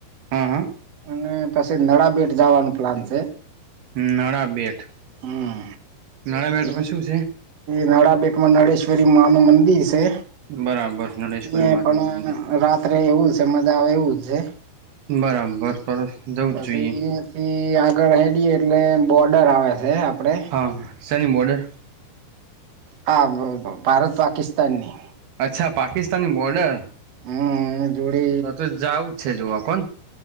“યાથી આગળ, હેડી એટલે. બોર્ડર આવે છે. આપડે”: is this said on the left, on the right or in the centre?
Right